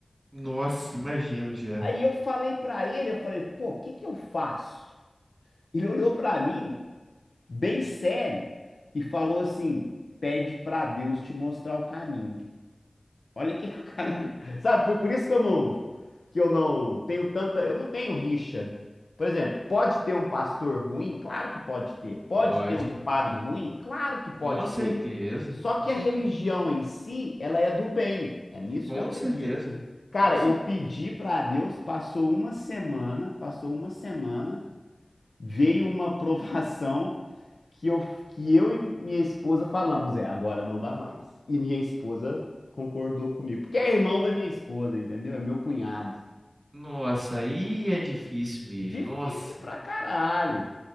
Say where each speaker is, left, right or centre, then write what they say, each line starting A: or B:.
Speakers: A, on the right; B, on the left.
A: Nossa, imagino já.
B: Aí eu falei pra ele, eu falei, pô, o que que eu faço? Ele olhou pra mim, bem sério, e falou assim: pede pra Deus te mostrar o caminho. Olha que o cara.
A: Hum,
B: <laughs> Sabe, por, por isso que eu não que eu não tenho tanta, eu não tenho rixa. Por exemplo, pode ter um pastor ruim? Claro que pode ter. Pode
A: pode.
B: ter um padre ruim? Claro que pode
A: Com certeza,
B: ter. Só
A: com
B: que
A: certeza.
B: a religião em si, ela é do bem. É nisso
A: Com
B: que eu acredito.
A: certeza,
B: Cara,
A: com certeza.
B: eu pedi para Deus, passou uma semana, passou uma semana, veio uma <laughs> provação que eu, que eu e minha esposa falamos, é, agora não dá mais. E minha esposa concordou comigo, porque é irmão da minha esposa, entendeu? É meu cunhado.
A: Nossa, aí é difícil mesmo.
B: Difícil
A: Nossa,
B: pra caralho,